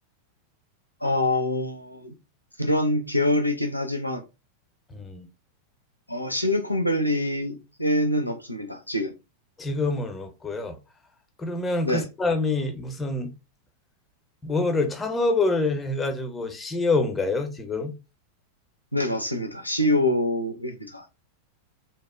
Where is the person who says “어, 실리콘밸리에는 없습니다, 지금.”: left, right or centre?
Left